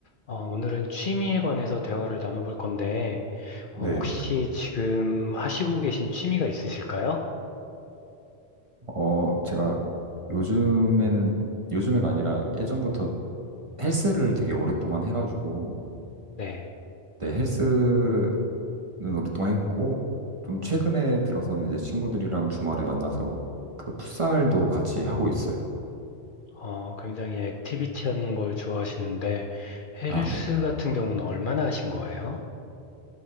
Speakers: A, on the left; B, on the right.
A: 어, 오늘은 취미에 관해서 대화를 나눠볼 건데, 어,
B: 네,
A: 혹시 지금 하시고 계신 취미가 있으실까요?
B: 어, 제가 요즘에는, 요즘에가 아니라 예전부터 헬스를 되게 오랫동안 해가지고,
A: 네.
B: 네, 헬스는 오랫동안 했고, 좀 최근에 들어서는 이제 친구들이랑 주말에 만나서 그 풋살도 같이 하고 있어요.
A: 어, 굉장히 액티비티 하는 걸 좋아하시는데, 헬스
B: 아, 네.
A: 같은 경우는 얼마나 하신 거예요?